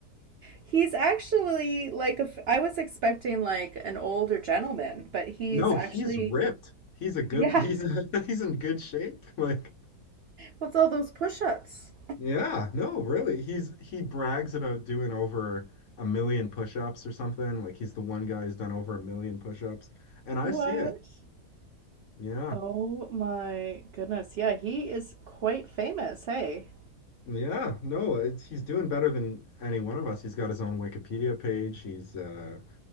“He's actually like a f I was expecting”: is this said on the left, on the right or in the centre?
Right